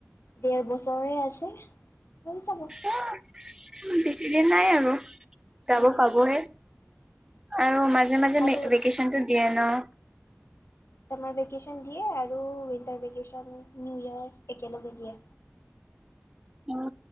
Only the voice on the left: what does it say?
দেৰ বছৰে আছে। হৈ যাব।
উম,
আৰু
চামাৰ ভেকেশ্যন দিয়ে আৰু উইণ্টাৰ ভেকেশ্যন নিউ ইয়েৰ একেলগে দিয়ে।